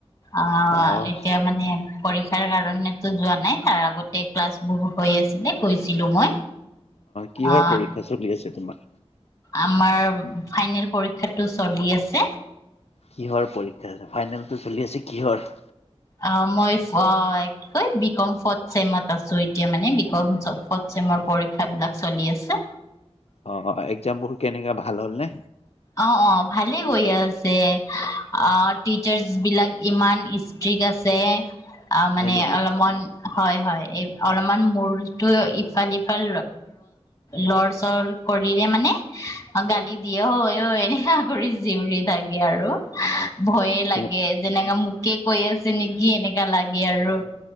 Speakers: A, on the left (about 30°); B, on the left (about 70°).
A: অ
B: অ',
A: এতিয়া মানে পৰীক্ষাৰ কাৰণে ণো যোৱা নাই তাৰ আগতে ক্লাছ ব হৈ আছিলে কৈছিলো মই
B: কিহৰ
A: অ
B: পৰীক্ষা চলি আছে তোমাৰ?
A: আমাৰ ফাইনেল পৰীক্ষাত। চলি আছে।
B: কিহৰ পৰীক্ষা আছে ফাইনেলটো চলি আছে কিহৰ?
A: অঁ, মই ম কি কয় বি কম ফৰ্থ ছেমত আছো এতিয়া মানে এতিয়া বি কম ফৰ্থ ছেমৰ পৰীক্ষাবিলাক চলি আছে।
B: অ', অ', এক্জামবোৰ কেনেকা ভাল হ'ল নে?
A: অ', অ', ভালে গৈ আছে অ টিচাৰ্চ বিলাক ইমান ষ্ট্ৰিক্ট আছে। অ মানে
B: হয় নেকি?
A: অলপমানন হয় হয়। এ অলপমান মূৰতো ইফাল ইফাল লৰ চৰ কৰিলে মানে গালি দিয়ে হয়। <unintelligible> কৰি জিউৰি থাকে আৰু।
B: অ',
A: ভয়ে
B: তোমাৰ
A: লাগে যেনেকা মো কে কৈ আছে নেকি এনেকা লাগে আৰু।